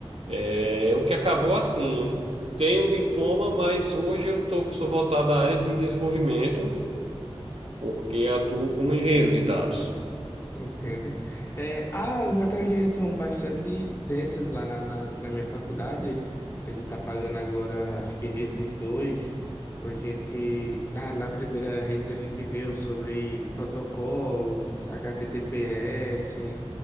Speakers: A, on the right; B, on the left.
A: É, o que acabou assim, eu tenho o diploma, mas hoje eu tô, sou voltado à área de desenvolvimento, porque atuo como engenheiro de dados,
B: Entendo. É, as matérias de rede são bastante densas lá na, na, na minha faculdade. A gente tá pagando agora, acho que redes dois, A gente, na, na primeira redes a gente viu sobre protocolos, HTTPS,